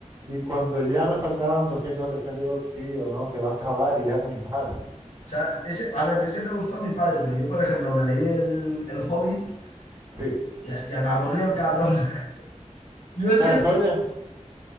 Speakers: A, on the right; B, on the left.
A: Y cuando ya me faltaban 200 o 300, digo, tío, no, se va a acabar y ya no hay más. <laughs>
B: sea, ese, a ver, ese le gustó a mi padre, pero yo, por ejemplo, me leí el, el Hobbit
A: Sí.
B: y hostia, me aburrió el cabrón. <laughs> Yo
A: Claro,
B: sí,
A: el Hobbit